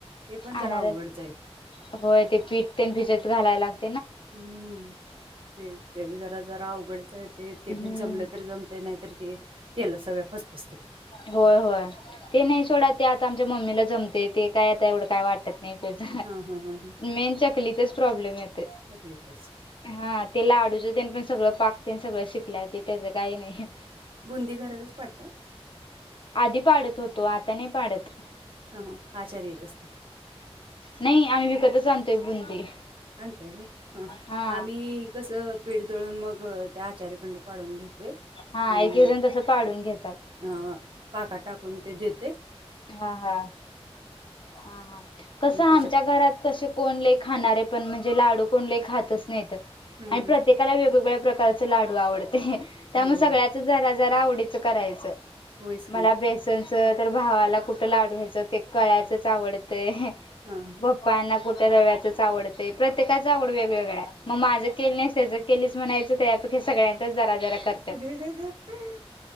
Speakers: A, on the right; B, on the left.
A: ते पण जरा
B: अनारस
A: अवघडच आहे.
B: होय ते पीठ तेन भिजत घालायला लाग
A: हम्म ते ते बी जरा जरा अवघडचं आहे ते ते
B: हम्म.
A: पण जमलं तरी जम ते नाही तर ते तेलं सगळ्या पचपसतय.
B: होय होय ते नाही सोडा ते आता आमच्या मम्मीला जमतय ते काय आता एवढं काय वाटत -- नाही त्याच
A: हा हा हा हा
B: मेन चकलीतच प्रॉब्लेम येतय.
A: चकलीचच
B: हा ते लाडू च तेन पण सगळं पाक तेन सगळं शिकल्या ते त्याचं काही नाही.
A: बुंदी घरातच पडताय.
B: आधी पाडत होतो आता नाही पाडत.
A: हां हां आचारी येत असतील.
B: नाही आम्ही विकतच आणतोय बुंदी.
A: आणताय होय ह ह
B: हा
A: आम्ही कसं पीठ दळून मग त्या आचाऱ्या कडन पाडून घेतोय.
B: हा
A: आणि
B: एक
A: मग
B: एक जण तसं पाडून घेतात.
A: अ ह पाकात टाकून ते देतोय.
B: हा हा हा हा कस
A: मग
B: आमच्या
A: त्याच्या
B: घरात कस कोण लई खाणारे पण म्हणजे लाडू कोण लई खातच नाहीत आणि प्रत्येक
A: हम्म
B: प्रत्येकाला वेगवेगळ्या प्रकारच लाडू आवडतय
A: हम्म.
B: त्यामुळे
A: होय
B: सगळ्याच जरा जरा आवडीचं करायचं.
A: होयच
B: मला
A: की
B: बेसनच तर भावाला कुठं लाडू हेच ते कळ्याचच आवडतंय.
A: हां हां.
B: पाना कुठं रव्याचच आवडतय प्रत्येकाच आवड वेगवेगळाय मग माझं केलं नाहीस तेज केलीस म्हणायचं त्यापैकी सगळ्यांच जरा जरा
A: <unintelligible>
B: करत्यात.